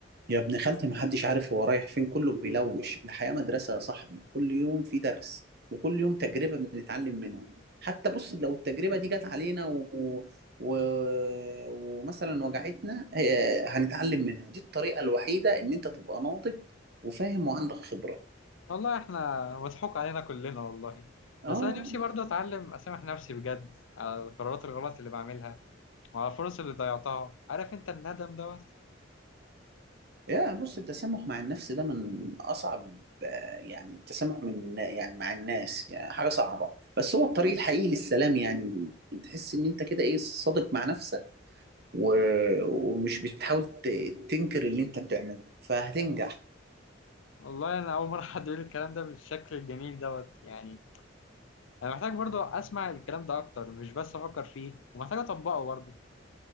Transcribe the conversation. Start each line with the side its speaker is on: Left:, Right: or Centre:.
Right: يا ابن خالتي محدش عارف هو رايح فين كله بيلوش الحياة مدرسة يا صاحبي كل يوم في درس وكل يوم تجربة بنتعلم منها حتى بص لو التجربة دي جت علينا و... و... ومثلا وجعتنا آه، هنتعلم منها دي الطريقة الوحيدة إن أنت تبقى ناضج وفاهم وعندك خبرة
Left: والله احنا مضحوك علينا كلنا والله
Right: اه
Left: بس انا نفسي برضه اتعلم اسامح نفسي بجد على القرارات الغلط اللي بعملها وعلى الفرص اللي ضيعتها عارف انت الندم دوت
Right: يا بص التسامح مع النفس ده من أصعب آه، يعني التسامح من يعني مع الناس يعني حاجة صعبة بس هو الطريق الحقيقي للسلام يعني تحس إن أنت كده إيه صادق مع نفسك و... ومش بتحاول ت- تنكر اللي أنت بتعمله فهتنجح
Left: والله انا اول مره حد يقول الكلام ده بالشكل الجميل دوت يعني انا محتاج برضو اسمع الكلام ده اكتر مش بس افكر فيه ومحتاج اطبقه برضو